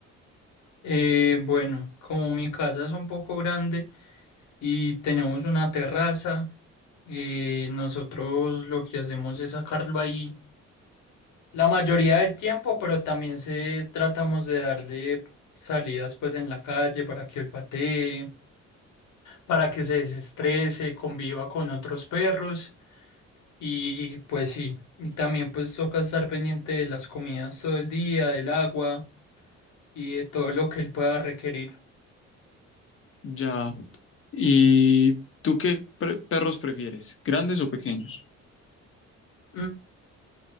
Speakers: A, on the left; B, on the left.
A: Eh, bueno, como mi casa es un poco grande y tenemos una terraza, eh, nosotros lo que hacemos es sacarlo ahí la mayoría del tiempo, pero también se tratamos de darle salidas pues en la calle para que olfatee, para que se desestrese, conviva con otros perros. Y pues sí, y también pues toca estar pendiente de las comidas todo el día, del agua y de todo lo que él pueda requerir.
B: Ya. ¿Y tú qué pre- perros prefieres? ¿Grandes o pequeños?
A: Mm,